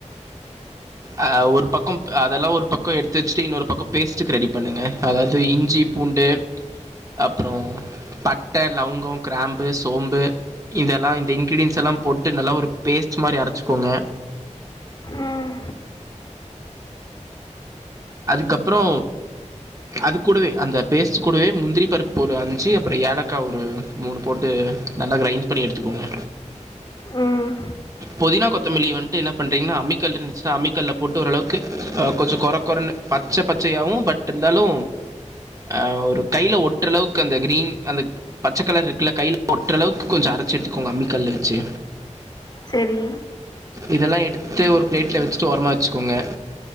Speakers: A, on the right (about 25°); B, on the left (about 30°).
A: அ ஒரு பக்கம்ப் அதெல்லா ஒரு பக்கோ எடுத்து வச்சிட்டு இன்னொரு பக்கோ பேஸ்ட்டுக்கு ரெடி பண்ணுங்க அதாது இஞ்சி பூண்டு
B: உ
A: அப்றோ பட்ட லவங்கோ கிராம்பு சோம்பு இதெல்லா இந்த இன்கிரீடியன்ஸ் எல்லா போட்டு நல்லா ஒரு பேஸ்ட்டு மாரி அரச்சிக்கோங்க
B: ம்
A: அதுக்கப்றோ அது கூடவே அந்த பேஸ்ட்டு கூடவே முந்திரி பருப்பு ஒரு அஞ்சி அப்றோ ஏலக்கா ஒரு மூணு போட்டு நல்லா கிரைன் பண்ணி எடுத்துக்கோங்க
B: ம்
A: பொதினா கொத்தமல்லி வன்ட்டு என்னா பண்றீங்கன்னா அமிக்கல்லு இருந்துச்சின்னா அம்மிக்கல்ல போட்டு ஓரளவுக்கு கொஞ்ச கொற கொறனு பச்ச பச்சயாவு பட் இருந்தாலு அ ஒரு கைல ஒட்ற அளவுக்கு அந்த கிரீன் அந்த பச்சக்கலர் இருக்குல்ல கையில ஒற்ற அளவுக்கு கொஞ்ச அரச்சி எடுத்துக்கோங்க அம்மி கல்ல வச்சி
B: செரி
A: இதெல்லா எடுத்து ஒரு பிளேட்ல வச்சுட்டு ஓரமா வச்சிக்கோங்க